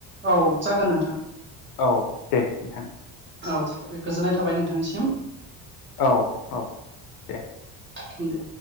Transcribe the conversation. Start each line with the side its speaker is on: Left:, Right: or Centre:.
Right: औ जागोन नोंथां
Left: औ दे नोंथां
Right: औ गोजोननाय थाबाय
Left: दे।
Right: नोंथांनिसिम
Left: औ औ दे
Right: ो